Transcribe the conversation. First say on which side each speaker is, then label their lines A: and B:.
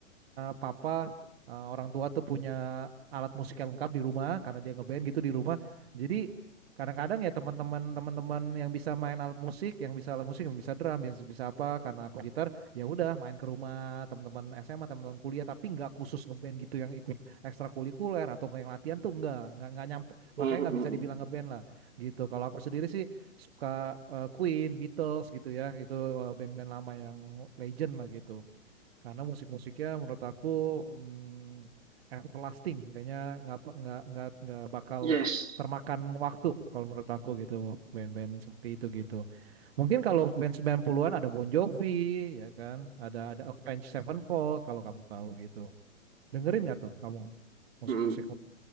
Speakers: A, on the right; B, on the right.
A: papa eh, orang tua tuh punya alat musik yang lengkap di rumah karena dia ngeband gitu di rumah. Jadi kadang-kadang ya teman-teman teman-teman yang bisa main alat musik, yang bisa alat musik, yang bisa drum, yang bisa apa karena aku gitar, ya udah main ke rumah teman-teman SMA, teman-teman kuliah tapi nggak khusus ngeband gitu yang ikut ekstrakurikuler atau nggak yang latihan tuh nggak nggak nggak nyampe
B: Mm,
A: makanya
B: mm,
A: nggak bisa dibilang
B: mm.
A: ngeband lah gitu. Kalau aku sendiri sih suka eh, Queen, Beatles gitu ya, itu eh, band-band lama yang legend lah gitu. Karena musik-musiknya menurut aku mm, everlasting, kayaknya nggak pe- nggak nggak nggak bakal
B: Yes.
A: termakan waktu kalau menurut aku gitu band-band seperti itu gitu. Mungkin kalau band 90-an ada Bon Jovi ya kan, ada ada Avenged Sevenfold kalau kamu tahu gitu. Dengerin nggak tuh kamu musik-musik
B: Mm.